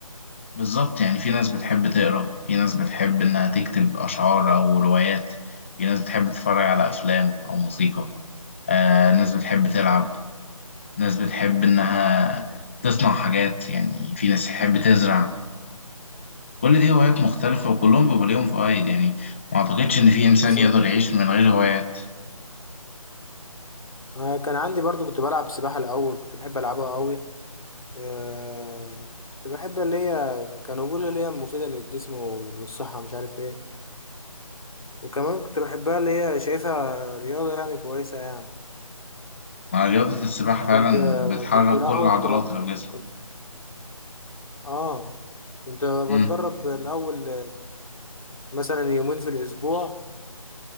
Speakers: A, on the left; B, on the left.
A: بالظبط يعني في ناس بتحب تقرأ في ناس بتحب إنها تكتب أشعار أو روايات في ناس بتحب تتفرج على أفلام أو موسيقى آه ناس بتحب تلعب ناس بتحب إنها تصنع حاجات يعني في ناس تحب تزرع كل دي هوايات مختلفة وكلهم بيبقى ليهم فوائد يعني ما أعتقدش إن في إنسان
B: بالظبط
A: يقدر يعيش من غير هوايات
B: آه، كان عندي برضو كنت بلعب سباحة الأول كنت بحب ألعبها أوي آه، كنت بحب اللي هي كانوا بيقولوا اللي هي مفيدة للجسم والصحة مش عارف ايه وكمان كنت بحبها اللي هي شايفها رياضة يعني كويسة يعني
A: مع رياضة السباحة فعلا
B: كنت
A: بتحرك
B: كنت الأول
A: كل العضلات
B: كنت بط...
A: اللي في جسمك
B: كنت آه كنت بتدرب
A: امم
B: الأول مثلا يومين في الأسبوع